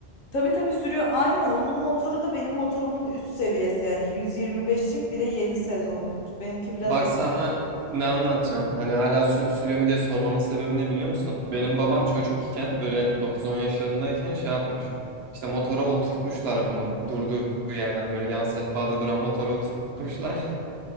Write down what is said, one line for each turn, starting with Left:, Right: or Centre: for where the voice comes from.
Left: Tabii tabii sürüyor. Aynı onun motoru da benim motorumun üst seviyesi yani 125'lik bir de yeni sezonununki. Benimki biraz
Right: Bak
Left: et-
Right: sana ne anlatacağım. Hani hala sü- sürüyor mu diye sormamın sebebi ne biliyor musun? Benim babam çocukken böyle 9-10 yaşlarındayken şey yapmış. İşte motora oturtmuşlar bunu. Durduğu yerden hani böyle yan sehpada duran motora oturtmuşlar.